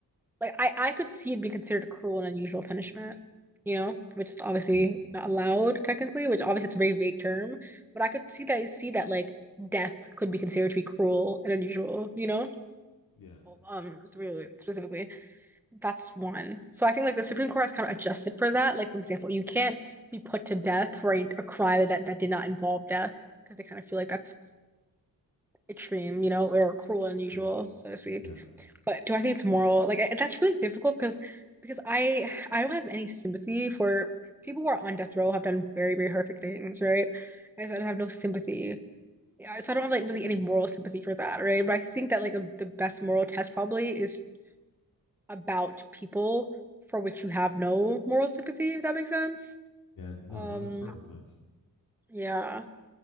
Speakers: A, in the centre; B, on the left.
A: like I I could see it being considered a cruel and unusual punishment, you know, which is obviously
B: Mhm.
A: not allowed technically, which obviously it's a very vague term, but I could see that I see that like death could be considered to be cruel and unusual, you know?
B: Yeah.
A: Um, really specifically, that's one. So I think like the Supreme Court has kind of adjusted for that. Like for example, you can't be put to death for a, a crime that that did not involve death because they kind of feel like that's extreme, you know, or cruel and unusual,
B: Ex-
A: so to speak
B: Yeah.
A: but do I think it's moral? Like I, that's really difficult because because I I don't have any sympathy for people who are on death row have done very very horrific things, right? And so I have no sympathy. Yeah, so I don't have like really any moral sympathy for that, right? But I think that like a, the best moral test probably is about people for which you have no moral sympathy, if that makes sense.
B: Yeah, no,
A: Um,
B: that makes perfect sense.
A: yeah.